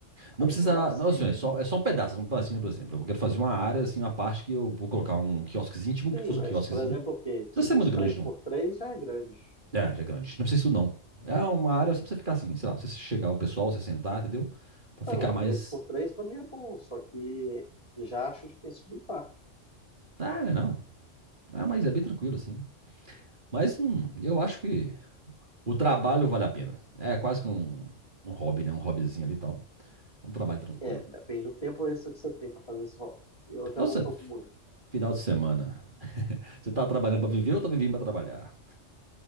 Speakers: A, on the right; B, on the left.
A: Não
B: aí
A: precisa,
B: não dá pra você
A: não, assim,
B: ir.
A: é só, é só um pedaço, um pedacinho, por exemplo. Eu quero fazer uma área, assim, uma parte que eu vou colocar um quiosquezinho, tipo
B: Sim,
A: que fosse
B: mas
A: um quiosquezinho.
B: por exemplo,
A: Não
B: o quê? Tipo,
A: precisa ser muito
B: uns três
A: grande não.
B: por três já é grande.
A: É, já é grande, não precisa isso não. É uma área só pra você ficar assim, sei lá, pra você chegar um pessoal, você sentar, entendeu?
B: Então,
A: Pra ficar
B: é,
A: mais...
B: 3x3 pra mim é bom, só que já acho difícil de limpar.
A: Ah, não, é não. Ah, mas é bem tranquilo, assim. Mas hum, eu acho que o trabalho vale a pena. É quase que um, um hobby, né? Um hobbyzinho ali e tal. É Um trabalho tranquilo.
B: É, depende do tempo extra que você tem para fazer esse hobby. Eu já
A: Nossa,
B: não tô com muito.
A: final de semana. Você tá trabalhando pra viver ou tá vivendo pra trabalhar?